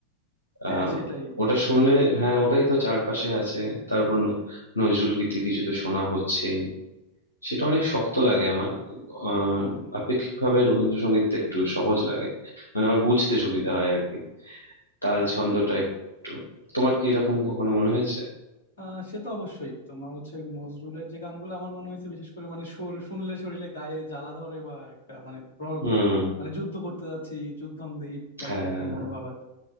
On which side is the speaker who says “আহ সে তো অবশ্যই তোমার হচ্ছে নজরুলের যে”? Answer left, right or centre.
Left